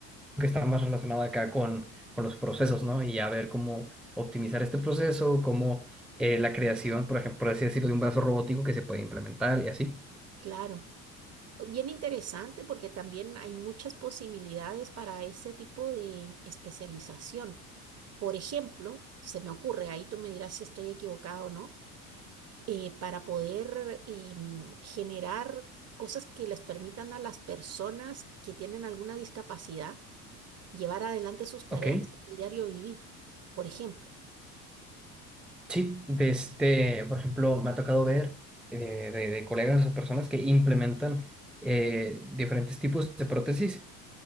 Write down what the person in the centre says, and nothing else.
que está más relacionado acá con, con los procesos, ¿no? Y a ver cómo optimizar este proceso, cómo eh, la creación, por ejemplo, por así decirlo, de un brazo robótico que se puede implementar y así.
Ok,
sí, de este, por ejemplo, me ha tocado ver eh, de, de colegas o personas que implementan eh, diferentes tipos de prótesis